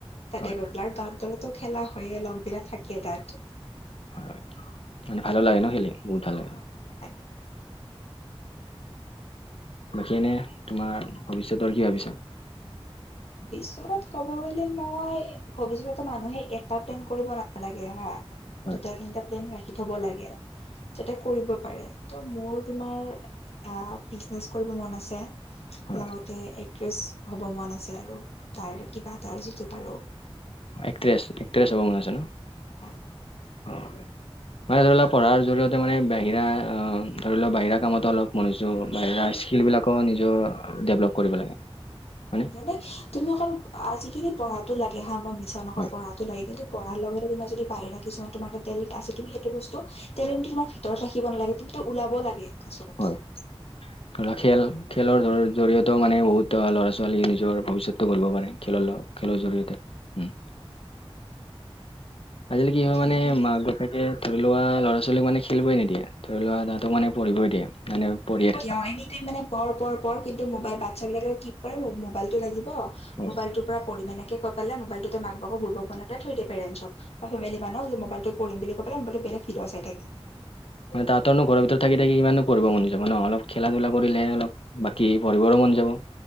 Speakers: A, on the left (about 80°); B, on the left (about 65°).
A: তাতে
B: হয়।
A: গৈপেলাই আৰু গাঁৱত গলেতো খেলা হয়ে লগ বিলাক থাকেই তাত।
B: হয় মানে ভালো লাগে ন খেলি বহুত ভাল লাগে।
A: অ, ভালো লাগে।
B: বাকী এনে তোমাৰ ভৱিষ্যত আৰু কি ভাবিছা।
A: <unintelligible> ক'ব গলে মই ভৱিষ্যতত মানুহে এটা প্লেন কৰিব নালাগে হা
B: হয়
A: দুটা, তিনিটা প্লেন ৰাখি থ'ব লাগে। যাতে কৰিব পাৰে ত' মোৰ তোমাৰ আ, বিজনেচ কৰিব মন আছে।
B: হয়।
A: লগতে একট্ৰেছ হ'ব মন আছে আৰু তাৰ কিবা এটাৰ যিটো পাৰো।
B: অ', এক্ট্ৰেছ -এক্ট্ৰেছ হ'ব মন আছে ন'?
A: হয়।
B: <inaudible> মানে ধৰি লোৱা পঢ়াৰ জৰিয়তে মানে বাহিৰা অ, ধৰি লোৱা বাহিৰা কামতো অলপ মনুযো বাহিৰা স্কিল বিলাক ক ' নিজৰ দেভলপ কৰিব লাগে। হয়নে?
A: যেনে তুমি অকল আজিকালি পঢ়াতো লাগে হা মই মিছা তেনেকুৱা
B: হয়,
A: পঢ়াতো লাগে কিন্তু পঢ়াৰ লগে - লগে মই যদি বাহিৰা কিছুমান তোমাৰ তাত টেলেণ্ট আছে তুমি সেইটো বস্তু টেলেণ্টটো তোমাৰ ভিতৰত ৰাখিব নালাগে তুমিটো ওলাব লাগে। আচলতে।
B: হয়। ধৰি লোৱা খেল -খেলৰ জৰিয়তেও মানে বহুত ল'ৰা -ছোৱালীয়ে নিজৰ ভৱিষ্যতটো গঢ়িব পাৰে। খেলৰ ল' খেলৰ জৰিয়তে উম। আজিকালি কি হয়
A: খেলিব
B: মানে
A: লাগে।
B: মাক বাপেক কে ধৰি লোৱা ল'ৰা- ছোৱালীক মানে খেলিবই নিদিয়ে ধৰি লোৱা তাহাঁতক মানে পঢ়িবই দিয়ে। মানে পঢ়িয়ে
A: ফুৰিব
B: থাকা
A: দিয়ে এনি টাইম মানে পঢ়- পঢ়- পঢ় কিন্তু মোবাইল বাচ্ছা বিলাকে কি কৰে মোবাইলটো লাগিব
B: হয়
A: মোবাইলটো পৰা পঢ়িম এনেকে কৈ পেলে মোবাইলটোতে মাকক বাপেকক বুৰ্বক বনাই থৈ দিয়ে পেৰেনচত। বা ফেমিলি মানুহক মোবাইলটোত পঢ়িম বুলি কৈ পেলাই বেলেগ ভিদিঅ চাই থাকে।
B: মানে তাঁহতৰনো ঘৰৰ ভিতৰত থাকি - থাকি ইমাননো পঢ়িব মন যাব ন' অলপ খেলা ধূলা কৰিলেহে অলপ বাকী পঢ়িবৰো মন যাব।